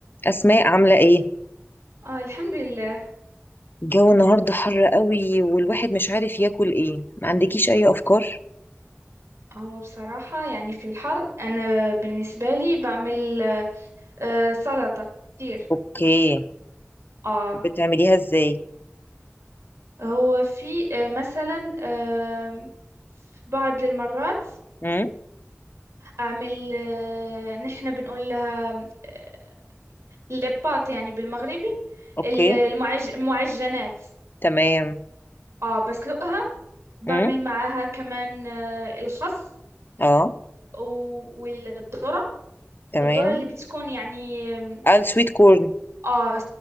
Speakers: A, on the left (about 45°); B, on the right (about 75°).
A: أسماء عاملة إيه؟
B: اه الحمد لله
A: الجو النهاردة حر قوي والواحد مش عارف ياكل إيه ما عندكيش أي أفكار؟
B: هو بصراحة يعني في الحر أنا بالنسبة لي بعمل آه، آه، سلطة كتير
A: أوكي
B: اه
A: بتعمليها إزاي؟
B: هو في آه، مثلا آه، في بعض المرات
A: امم
B: أعمل آه، نحن بنقول لها آه، لباط يعني بالمغربي
A: أوكي
B: ال- المعج المعجنات
A: تمام
B: اه بسلقها بعمل
A: امم
B: معاها كمان آه، الخس
A: أه
B: و- والذرة
A: تمام
B: الذرة اللي بتكون يعني آم،
A: قال سويت كورن
B: اه